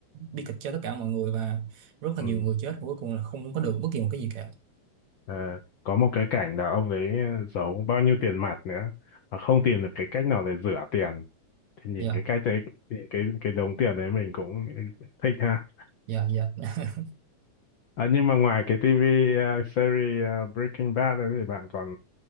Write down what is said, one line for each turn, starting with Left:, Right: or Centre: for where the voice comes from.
Right: bi kịch cho tất cả mọi người và rất là
Left: ừ.
Right: nhiều người chết và cuối cùng là không có được bất kỳ một cái gì cả
Left: Ờ, có một cái cảnh là ông ấy ờ, giấu bao nhiêu tiền mặt nữa mà không tìm được cái cách nào để rửa tiền thì nhìn
Right: dạ
Left: cái cách đấy thì cái cái đống tiền đấy mình cũng thích ha
Right: dạ dạ <laughs>
Left: à, nhưng mà ngoài cái TV uh, series ờ, Breaking Bad đấy thì bạn còn